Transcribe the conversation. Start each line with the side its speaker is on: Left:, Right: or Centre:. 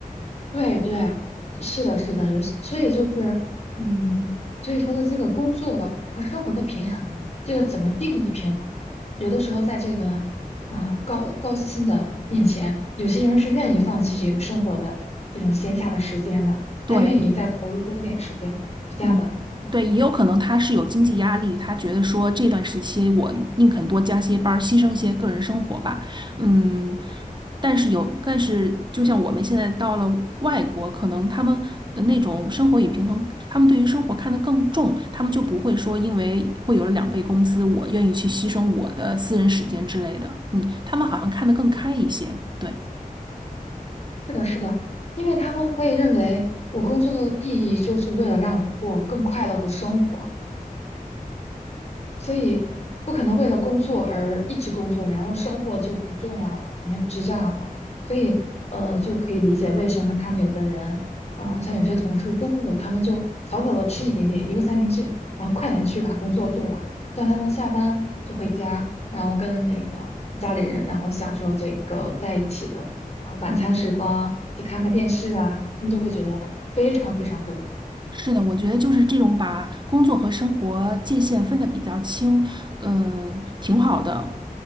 Left: 对对，是的，是的，有些，所以就是，嗯，所以说的这个工作和生活的平衡，这个怎么定义平衡嘛？有的时候在这个呃高高薪的面前，有些人是愿意放弃这个生活的这种闲暇的时间的，他愿意再投入多点时间去加班，
Right: 对。嗯，
Left: 对吧？
Right: 对，也有可能他是有经济压力，他觉得说这段时期我宁肯多加些班儿，牺牲一些个人生活吧。嗯，但是有，但是就像我们现在到了外国，可能他们呃那种生活与平衡，他们对于生活看得更重，他们就不会说因为会有了两倍工资，我愿意去牺牲我的私人时间之类的。嗯，他们好像看得更开一些。对，
Left: 是的，是的，因为他们会认为我工作的意义就是为了让我过更快乐的生活，所以不可能为了工作而一直工作，然后生活就不重要了，肯定不是这样的。所以，呃，就可以理解为什么他们有的人，嗯、像有些同事中午他们就早早的吃一点点一个三明治，然后快点去把工作做完，这样他们下班就回家，然后跟那个家里人，然后享受这个在一起的啊、晚餐时光，
Right: 嗯。
Left: 去看看电视啊，他们就会觉得非常非常重要。
Right: 是的，我觉得就是这种把工作和生活界限分得比较清，呃，挺好的。